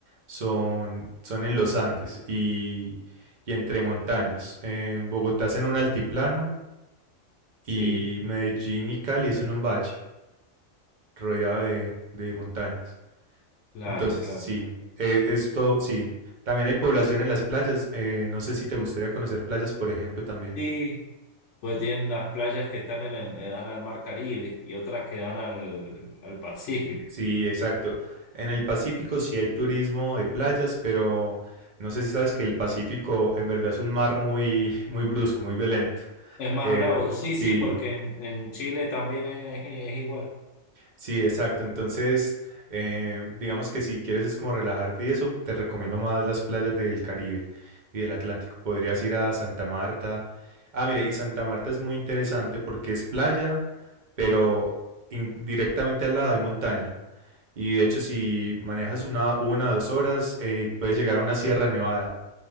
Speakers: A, on the right; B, on the left.
A: son, son en los Andes y, y entre montañas. Eh, Bogotá es en un altiplano y
B: Sí,
A: Medellín y Cali es en un valle rodeado de, de montañas.
B: claro,
A: Entonces,
B: claro.
A: sí, eh, esto sí. También hay población en las playas. eh, no sé si te gustaría conocer playas, por ejemplo, también.
B: Sí, pues tienen las playas que están en el, que dan al mar Caribe y otras que dan al, al Pacífico.
A: Sí, exacto. En el Pacífico sí hay turismo de playas, pero no sé si sabes que el Pacífico en verdad es un mar muy, <laughs> muy brusco, muy violento.
B: Es más
A: Eh,
B: bravo, sí,
A: sí,
B: sí, porque en, en Chile también es es igual.
A: sí, exacto. Entonces, eh, digamos que si quieres es como relajarte y eso, te recomiendo más las playas del Caribe y del Atlántico. Podrías ir a Santa Marta. Ah, mire, y Santa Marta es muy interesante porque es playa, pero in- directamente al lado hay montaña. Y de hecho, si manejas una, una o dos horas, eh, puedes llegar a una Sierra Nevada.